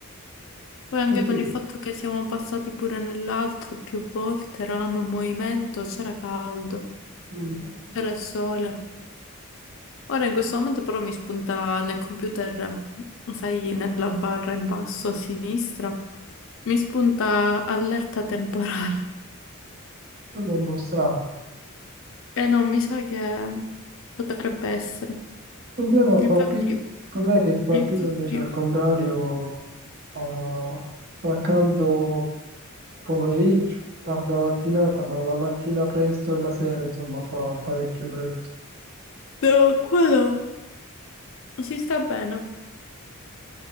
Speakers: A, on the left; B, on the right.
A: Poi anche
B: Quindi,
A: con il fatto che siamo passati pure nell'altro più volte, eravamo in movimento, c'era caldo,
B: mm,
A: c'era il sole. Ora in questo momento però mi spunta nel computer, sai, nella barra in basso a sinistra, mi spunta allerta temporale.
B: sembra un po' strano.
A: E no, mi sa che potrebbe essere.
B: Il problema,
A: Infatti,
B: qua, P- il problema è che qua
A: infatti.
B: a Pisa invece al contrario fa, fa caldo pomeriggio, tarda mattinata, ma la mattina presto e la sera insomma fa parecchio freddo.
A: No, quello si sta bene.